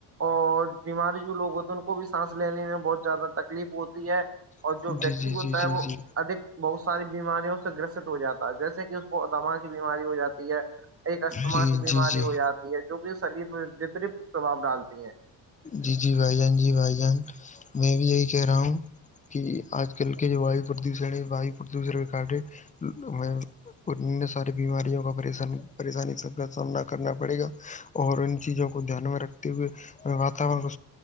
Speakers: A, on the right; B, on the left.
A: اور بیماری جو لوگ ہوتے ہیں ان کو بھی سانس لینے میں بہت زیادہ تکلیف ہوتی ہے اور
B: جی
A: جو ویکتی
B: جی
A: ہوتا
B: جی جی
A: ہے وہ
B: جی
A: ادک بہت ساری بیماریوں سے گرست ہو جاتا ہے جیسے کہ اس کو دما کی بیماری ہو جاتی ہے ایک استتھما
B: جی
A: کی بیماری
B: جی جی
A: ہو جاتی ہے جو کہ شریر میں وترت پرباؤ ڈالتی ہیں
B: جی جی بھائی جان جی بھائی جان میں بھی یہی کہہ رہا ہوں کہ آج کل کے جو وایو پردوشن ہے وایو پردوشن کارڈ ہے وہ اور ن ساری بیماریوں کاش پریشانی س کا سامنا کرنا پڑے گا اور ان چیزوں کو دھیان میں رکھتے ہوئے ہم واتاورن کو